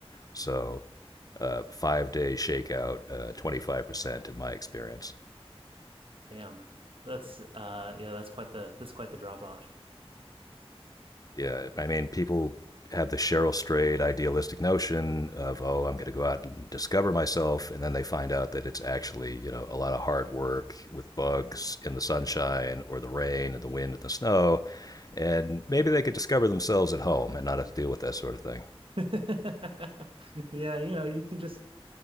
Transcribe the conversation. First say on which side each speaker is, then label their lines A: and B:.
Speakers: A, on the left; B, on the right.
A: So, uh, five day shakeout, uh, 25% in my experience.
B: Damn. That's uh yeah, that's quite the that's quite the drop off.
A: Yeah, I mean, people have the Cheryl Strayed idealistic notion of, oh, I'm going to go out and discover myself, and then they find out that it's actually, you know, a lot of hard work with bugs in the sunshine or the rain and the wind and the snow, and maybe they could discover themselves at home and not have to deal with that sort of thing.
B: <laughs> Yeah, you know, you can just